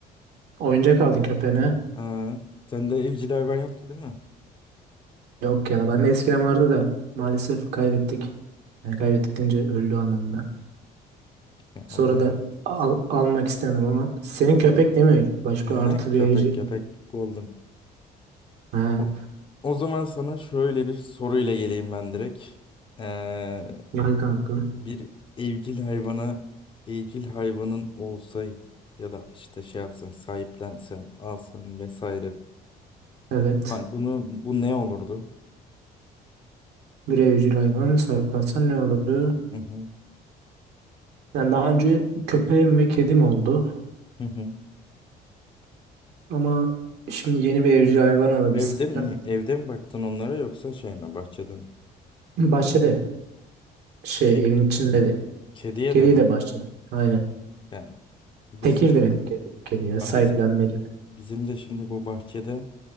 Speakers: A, on the right; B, on the left.
A: Oyuncak aldın köpeğine.
B: Ha. Sende evcil hayvan yoktu değil mi?
A: Yok ya ben de eskiden vardı da maalesef kaybettik. Yani kaybettik deyince öldü anlamında.
B: Ya
A: Sonra
B: Allah
A: da
B: rahmet eylesin.
A: al- almak istemedim ama senin köpek değil mi? Başka
B: Aha,
A: artı
B: köpek
A: bir evcil.
B: köpek golden.
A: Ha,
B: O, o zaman sana şöyle bir soruyla geleyim ben direkt. Ee,
A: gel kankam.
B: bir evcil hayvana, evcil hayvanın olsa ya da işte şey yapsan, sahiplensen, alsan vesaire.
A: Evet.
B: Ha, bunu bu ne olurdu?
A: Bir evcil hayvan sahiplensen ne olurdu?
B: Hı hı,
A: Yani daha önce köpeğim ve kedim oldu.
B: hı hı.
A: Ama şimdi yeni bir evcil hayvan alabilsem.
B: Evde mi, evde mi baktın onlara yoksa şey mi, bahçede mi?
A: Bahçede şey
B: Ke-
A: evin içinde de.
B: kediye
A: Kediyi
B: de mi?
A: de bahçede. Aynen.
B: Yani bizim
A: Tekir de benim kedi, kedi ya.
B: ha,
A: Sahiplenmeli.
B: bizim bizim de şimdi bu bahçede